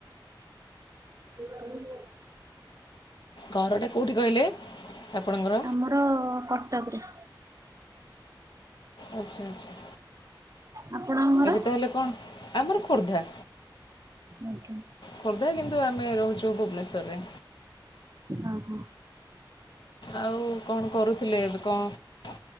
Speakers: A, on the right (about 40°); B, on the left (about 65°).
A: ହ <inaudible>
B: ଘରଟା କୋଉଠି କହିଲେ? ଆପଣଙ୍କର
A: ଆମର କଟକ ରେ
B: ଆଚ୍ଛା ଆଚ୍ଛା।
A: ଆପଣଙ୍କ ଘର?
B: ଏବେ ତାହେଲେ କଣ ଆମର ଖୋର୍ଦ୍ଧା
A: ଆଜ୍ଞା
B: ଖୋର୍ଦ୍ଧା କିନ୍ତୁ ଆ ଆମେ ରହୁଛୁ ଭୁବନେଶ୍ୱରରେ।
A: ଅହୋ।
B: ଆଉ କଣ କରୁଥିଲେ ଏବେ କଣ?